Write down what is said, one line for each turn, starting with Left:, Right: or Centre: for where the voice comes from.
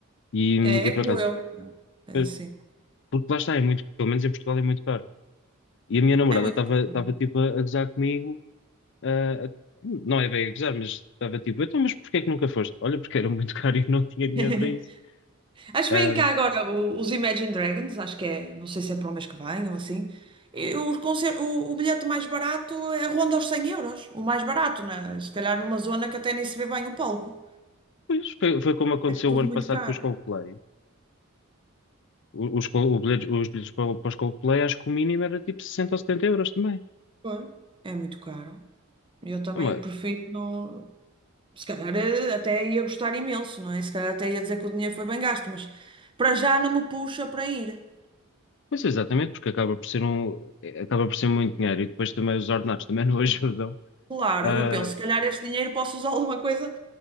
Left: E,
Right: É,
Left: e
Right: é
Left: por
Right: como
Left: acaso,
Right: eu. É,
Left: é,
Right: sim.
Left: porque lá está, é muito, pelo menos em Portugal é muito caro. E a minha namorada
Right: É muito
Left: estava
Right: caro.
Left: estava tipo a, a gozar comigo, ah, a- não é bem a gozar, mas estava tipo, então, mas porquê é que nunca foste? Olha, porque era muito <laughs> caro e eu não tinha dinheiro
Right: <laughs>
Left: para isso.
Right: Acho que
Left: Ah,
Right: vem cá agora o- os Imagine Dragons, acho que é, não sei se é para o mês que vem ou assim. E os concer- o, o bilhete mais barato é ronda aos 100 euros, o mais barato, né? Se calhar numa zona que até nem se vê bem o palco.
Left: pois foi, foi como aconteceu
Right: É tudo
Left: o ano
Right: muito
Left: passado
Right: caro.
Left: com os Coldplay. O- Os, Col- o bilhete- os bilhetes para, o- para os Coldplay, acho que o mínimo era tipo 60 ou 70 euros também.
Right: Pois. É muito caro. Eu também
Left: É uma-
Right: prefiro não. Se calhar eh, até ia gostar imenso, não é? Se calhar até ia dizer que o dinheiro foi bem gasto, mas para já não me puxa para ir.
Left: Pois exatamente, porque acaba por ser um, eh, acaba por ser muito dinheiro e depois também os ordenados também não <laughs> ajudam.
Right: Claro,
Left: Ah,
Right: eu penso, se calhar este dinheiro posso usar alguma coisa